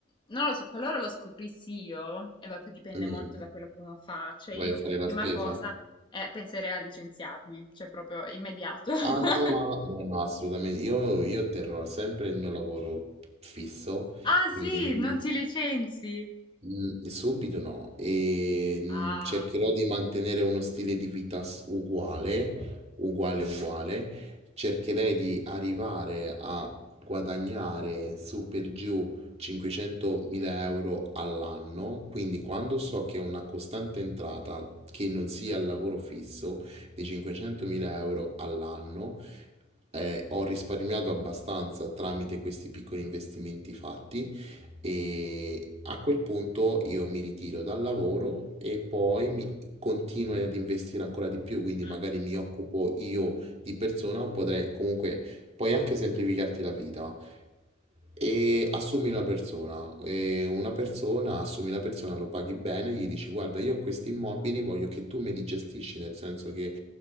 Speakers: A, on the left (about 25°); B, on the right (about 35°).
A: non lo so, qualora lo scoprissi io, e vabbè, poi dipende
B: mm.
A: molto da quello che uno fa, cioè io
B: Vai a fare
A: come
B: la
A: prima
B: spesa?
A: cosa eh, penserei a licenziarmi, cioè proprio immediato. <laughs>
B: Ah no, ma no, no, assolutamente. Io, io terrò sempre il mio lavoro fisso,
A: Ah sì,
B: quindi non,
A: non ti licenzi?
B: Mm, Subito no, e mm,
A: Ah,
B: cercherò di mantenere uno stile di vita s- uguale, uguale, uguale. Cercherei di arrivare a guadagnare su per giù 500.000 euro all'anno, quindi quando so che ho una costante entrata che non sia il lavoro fisso di 500.000 euro all'anno, eh, ho risparmiato abbastanza tramite questi piccoli investimenti fatti e a quel punto io mi ritiro dal lavoro e poi mi continuo ad investire ancora di più, quindi
A: mm.
B: magari mi occupo io di persona o potrei comunque puoi anche semplificarti la vita. E assumi una persona, e una persona, assumi una persona, lo paghi bene, gli dici guarda, io ho questi immobili, voglio che tu me li gestisci, nel senso che